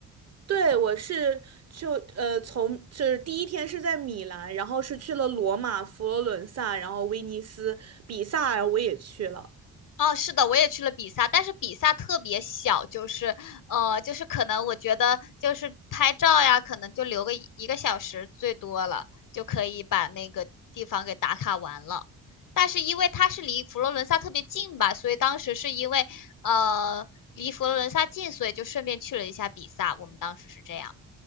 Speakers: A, on the right (about 40°); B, on the left (about 55°).
A: 对，我是就呃从就是第一天是在米兰，然后是去了罗马、佛罗伦萨，然后威尼斯、比萨，我也去了。
B: 哦，是的，我也去了比萨，但是比萨特别小，就是呃，就是可能我觉得就是拍照呀，可能就留个一一个小时最多了，就可以把那个地方给打卡完了。但是因为它是离佛罗伦萨特别近吧，所以当时是因为呃离佛罗伦萨近，所以就顺便去了一下比萨。我们当时是这样。